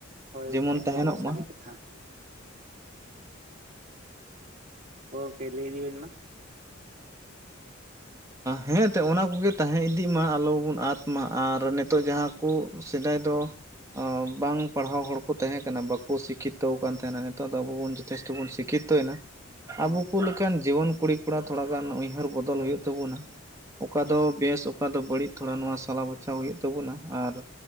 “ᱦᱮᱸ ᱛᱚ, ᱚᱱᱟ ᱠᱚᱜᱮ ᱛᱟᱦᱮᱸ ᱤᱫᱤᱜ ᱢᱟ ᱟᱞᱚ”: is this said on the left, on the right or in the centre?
Right